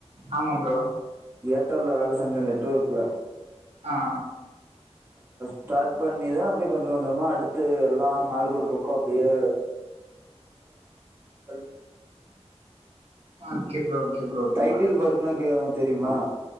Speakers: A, on the right; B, on the right.
A: ஆமா ப்ரோ
B: ஏர்டெல்ல வேல செஞ்ச நெட் ஒர்க்ல
A: அ அ
B: ஸ்டார்ட் பண்ணிதா அப்டியே கொஞ்ச கொஞ்சமா அடு த்து எல்லா ஆளுக்கு ஒரு பக்கோ அப்பிடியே <unintelligible>
A: okay bro okay bro okay
B: title
A: bro
B: பார்க்குன்னா கே உனக் தெரியுமா